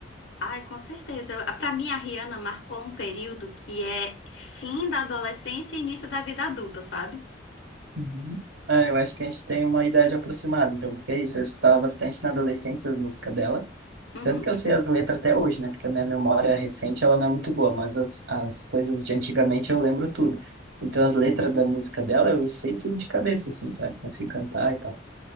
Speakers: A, on the left; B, on the right.
A: Ai, com certeza. Eu- Pra mim, a Rihanna marcou um período que é fim da adolescência e início da vida adulta, sabe?
B: Uhum. Ah, eu acho que a gente tem uma idade aproximada, então, porque é isso, eu escutava bastante na adolescência as músicas dela,
A: Uhum.
B: Tanto que eu sei as letras até hoje, né? Porque a minha memória recente ela não é muito boa, mas as, as coisas de antigamente eu lembro tudo. Então as letras da música dela eu sei tudo de cabeça, assim, sabe? Consigo cantar e tal.